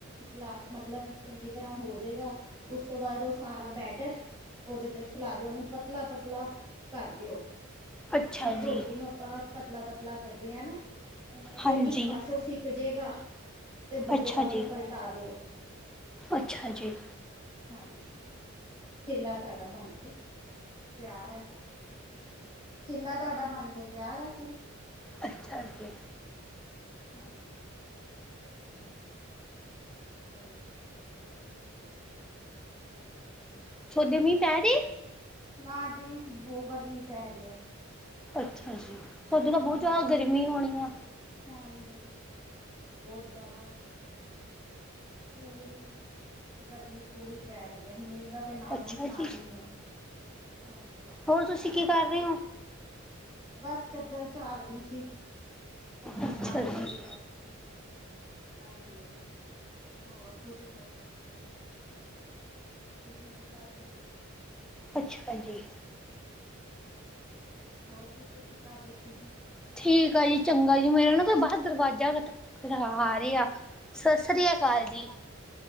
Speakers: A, on the right; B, in the centre.
A: ਲਾ ਮਤਲਬ ਚੰਗੀ ਤਰਾਂ ਹੋਜੇਗਾ, ਉਸ ਤੋਂ ਬਾਦ ੳਹ ਸਾਰਾ ਬੈਟਰ ੳਦੇ ਤੇ ਫੈਲਾ ਦੇਓ, ੳਨੂੰ ਪਤਲਾ-ਪਤਲਾ ਕਰ ਦੇਓ
B: ਅੱਛਾ
A: ਜਿਵੇਂ ਰੋਟੀ
B: ਜੀ।
A: ਨੂੰ ਅਪ ਆਪਾਂ ਪਤਲਾ-ਪਤਲਾ ਕਰਦੇ ਆ ਨਾ, ਉਵੇਂ ਫੇਰ
B: ਹਾਂਜੀ,
A: ਇੱਕ ਪਾਸੋਂ ਸਿੱਕ ਜੇਗਾ। ਤੇ ਦੂਜੇ
B: ਅੱਛਾ
A: ਪਾਸੇ
B: ਜੀ,
A: ਏ ਪਲਟਾ ਦੇਓ
B: ਅੱਛਾ ਜੀ।
A: ਹਾਂਜੀ ਈ ਕਿੱਲਾ ਤਾਡਾ ਬਣ ਕੇ ਏ ਤਿਆਰ ਐ ਚਿੱਲਾ ਆ ਤਾਡਾ ਬਣ ਕੇ ਤਿਆਰ ਏ ਫਿਰ
B: ਅੱਛਾ ਆ ਜੀ ਈ
A: ਹਾਂਜੀ ਈ <inaudible> ਆਈ ਆਏ
B: ਸੋਡੇ ਏ ਮੀਂਹ ਪੈ ਰਈ ਐ
A: ਨਾ ਜੀ ਈ ਬਹੁ ਗਰਮੀ ਪੈ ਰਹੀ ਐ
B: ਅੱਛਾ ਆ ਜੀ ਈ ਤੁਹਾਡੇ ਤੇ ਬਹੁਤ
A: ਹਾਂਜੀ
B: ਜ਼ਿਆਦਾ ਆ ਗਰਮੀ ਹੋਣੀ ਆ
A: ਹਾਂਜੀ ਈ ਬੋਤ ਜ਼ਿਆਦਾ ਆ ਪੂਰੀ ਗਰਮੀ ਪੂਰੀ ਪੈ ਰਹੀ ਹੈ ਮੀਂਹ ਦਾ ਤੇ ਨਾਮੋ
B: ਅੱਛਾ
A: ਨਿਸ਼ਾਨ
B: ਜੀ
A: ਹੀ ਨੀ ਐ ਹਾਂਜੀ
B: ਹੋਰ ਤੁਸੀਂ ਕੀ ਕਰ ਰਹੇ ਓ
A: ਬਸ ਚਾਦਰ ਝਾੜ ਰਹੀ ਸੀ ਕਮਰਾ
B: ਅੱਛਾ
A: ਸਾਫ ਸਫ਼ਾਈ
B: ਜੀ
A: ਕਰ ਰਹੀ ਹਾਂਜੀ ਹੋਰ ਤੁਸੀਂ ਦੱਸੋ ਤੁਸੀਂ ਕਿ ਕਰ ਰਹੇ ਸੀ
B: ਆ ਛਾ ਜੀ
A: ਹੋਰ ਤੁਸੀਂ ਕੀ ਕਰ ਰਹੇ ਸੀ ਜੀ
B: ਠੀਕ ਆ ਜੀ ਚੰਗਾ ਜੀ ਮੇਰੇ ਨਾ ਬਾਹਰ ਦਰਵਾਜ਼ਾ ਖਟ ਖੱਟਕਾ ਵਾ ਆ ਰੀਆ ਸਤਿ ਸ਼੍ਰੀ ਅਕਾਲ ਜੀ